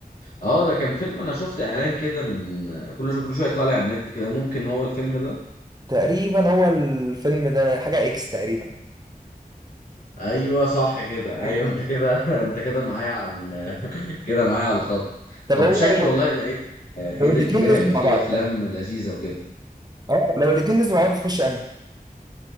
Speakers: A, on the left (about 75°); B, on the right (about 25°).
A: اه ده كان فيلم انا شفت اعلان كده من كل شو كل شويه يطلع لي على النت كده ممكن هو الفيلم ده
B: تقريبا هو الفيلم ده حاجة إكس تقريبا
A: ايوه صح كده
B: حاجة
A: ايوه انت
B: كده.
A: كده <laughs> انت كده معايا على ال... <laughs> كده معايا على الخط
B: طب
A: طب
B: هو
A: شكل
B: لو
A: والله العيد العيد
B: لو الاتنين
A: الكبير هيبقى
B: نزلوا مع
A: فيه
B: بعض
A: افلام
B: لا
A: لذيذه وكده
B: اه لو الاتنين نزلوا مع بعض تخش أنا